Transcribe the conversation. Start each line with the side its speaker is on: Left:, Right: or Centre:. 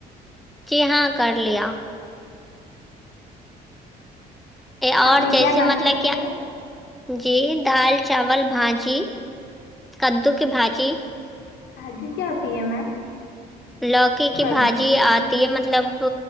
Centre: جی ہاں کر لیا اور
Left: آپ نے
Centre: جیسے
Left: کیا ناشتہ
Centre: مطلب کہ
Left: کیا
Centre: جی دال چاول بھاجی کدو کی بھاجی
Left: بھاجی کیا ہوتی ہے میم
Centre: لوکی کی
Left: کدو
Centre: بھاجی مطلب